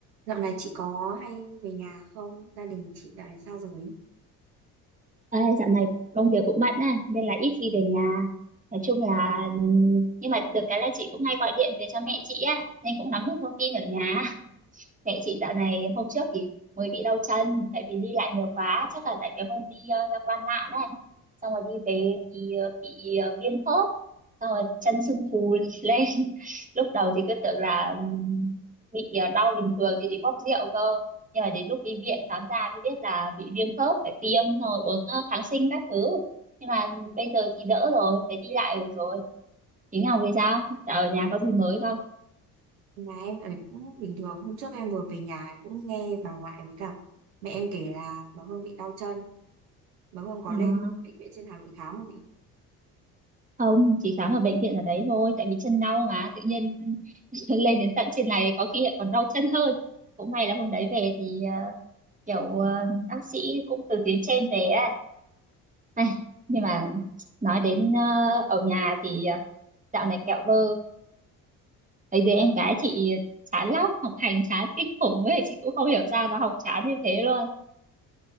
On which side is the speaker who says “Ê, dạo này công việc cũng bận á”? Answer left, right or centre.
Right